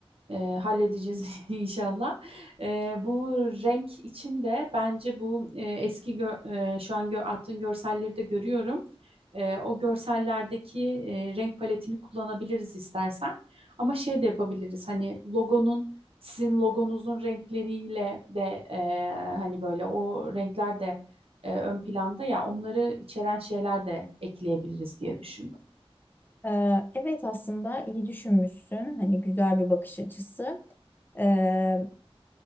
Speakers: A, on the right (about 65°); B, on the left (about 20°).
A: Ee, halledeceğiz <laughs> inşallah. Ee, bu renk için de bence bu e, eski gö- e, şu an gö attığın görselleri de görüyorum. Ee, o görsellerdeki e, renk paletini kullanabiliriz istersen. Ama şey de yapabiliriz. Hani logonun sizin logonuzun renkleriyle de e, hani böyle o renkler de e, ön planda ya onları içeren şeyler de ekleyebiliriz diye düşündüm.
B: Ee, evet aslında iyi düşünmüşsün. Hani güzel bir bakış açısı. Ee,